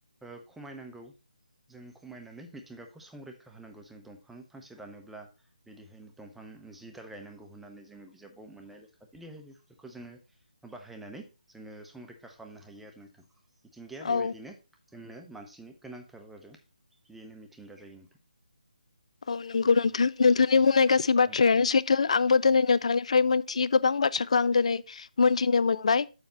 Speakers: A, in the centre; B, on the left.
A: ओ खमायनांगौ जों खमायनानै मिथिंगाखौ संरैखा होनांगौ जों दंफां फांसे दानोब्ला बिदिहायनो दंफां जि दाल गायनांगौ होननानै जोङो बिजाबाव मोननाय लेखा बिदिहाय बेफोरखौ जोङो बाहायनानै जोङो संरैखा खालामनो हायो आरो नोंथां मिथिंगाया
B: औ
A: बेबायदिनो जोंनो मानसिनि गोनांथार जादों बेनो मिथिंगा जायो नोंथां
B: औ नंगौ नोंथां नोंथांनि बुंनाय गासै
A: नोंथां
B: बाथ्रायानो सै थो आंबो दिनै नोंथांनिफ्राय मोनथियै गोबां बाथ्राखौ आं दिनै मोनथिनो मोनबाय